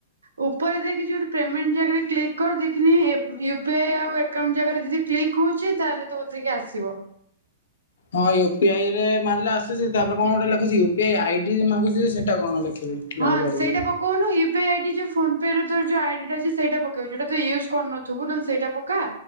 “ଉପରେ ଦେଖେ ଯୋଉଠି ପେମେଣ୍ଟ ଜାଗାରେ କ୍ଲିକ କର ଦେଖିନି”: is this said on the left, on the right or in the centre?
Right